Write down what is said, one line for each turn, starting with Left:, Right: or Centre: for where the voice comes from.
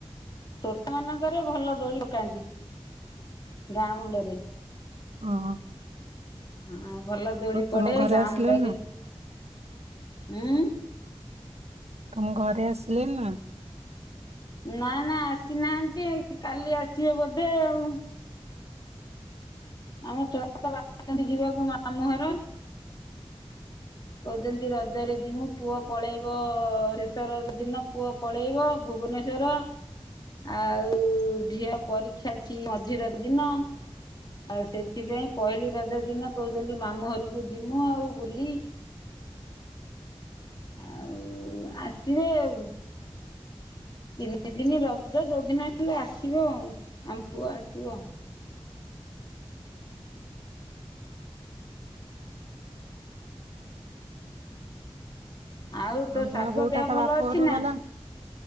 Left: ତୋଟା ମାନଙ୍କରେ ଭଲ ଦୋଳି ପକାନ୍ତି, ଗାଁ ମୁଣ୍ଡରେ।
Right: ଅଁ।
Left: ହଁ ଭଲ ଦୋଳି ପଡେ
Right: ତମ ଘରେ
Left: ଗାଁ
Right: ଆସିଲେଣି
Left: ମୁଣ୍ଡରେ
Right: ନା
Left: ଉଁ।
Right: ତମ ଘରେ ଆସିଲେ ନି ନା?
Left: ନା ନା ଆସିନାହାନ୍ତି ଏ କାଲି ଆସିବେ ବୋଧେ ଆଉ। ଆମ ଛୁଆ ତ ବାହାରିଛନ୍ତି ଯିବାକୁ ମାମୁ ଘର। କହୁଛନ୍ତି ରଜରେ ଯିମୁ ପୁଅ ପଳେଇବ ସେଶ ରଜ ଦିନ ପୁଅ ପଳେଇବ ଭୁବନେଶ୍ୱର। ଆଉ ଝିଅ ପରୀକ୍ଷା ଅଛି ମଝି ରଜ ଦିନ। ଆଉ ସେଥିପାଇଁ ପହିଲି ରଜ ଦିନ କହୁଛନ୍ତି ମାମୁଁ ଘରକୁ ଯିମୁ ଆଉ ବୁଲି। ଆଉ ଆସିବେ ଆଉ। ତିନି ଦିନି ରଜ ଯଉଦିନ ହେଲେ ଆସିବ ଆଉ ଆମ ପୁଅ ଆସିବ। ଆଉ ତୋ
Right: ନୂଆ
Left: ଶାଶୁ
Right: ବୋଉଟା
Left: ର ଦେହ
Right: ତା
Left: ଭଲ
Right: ବାପ ଘରକୁ
Left: ଅଛି ନା?
Right: ଗଲାଣି?